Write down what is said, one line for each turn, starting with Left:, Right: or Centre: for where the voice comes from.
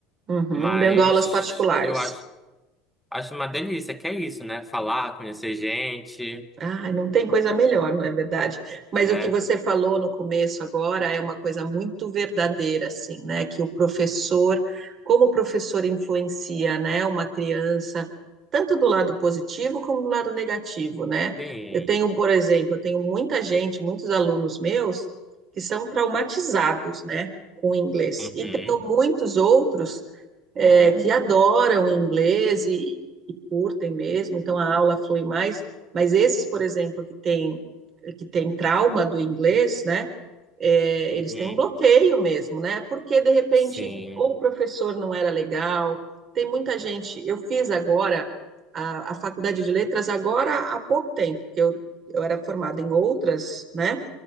Right: uhum.
Centre: Mas
Right: Dando aulas particulares.
Centre: eu acho. Acho uma delícia, que é isso, né? Falar, conhecer gente,
Right: Ah, não tem coisa melhor, não é verdade? Mas
Centre: né?
Right: o que você falou no começo agora é uma coisa muito verdadeira, assim, né? Que o professor, como o professor influencia, né, uma criança, tanto do lado positivo como do lado negativo, né?
Centre: Sim.
Right: Eu tenho, por exemplo, eu tenho muita gente, muitos alunos meus, que são traumatizados, né, com o inglês.
Centre: Uhum,
Right: E tenho muitos outros é, que adoram o inglês e, e curtem mesmo, então a aula flui mais, mas esses, por exemplo, que têm que tem trauma do inglês, né, é,
Centre: uhum.
Right: eles têm um bloqueio mesmo, né, porque de repente
Centre: Sim.
Right: ou o professor não era legal, tem muita gente, eu fiz agora a, a faculdade de letras agora há pouco tempo, porque eu, eu era formada em outras, né,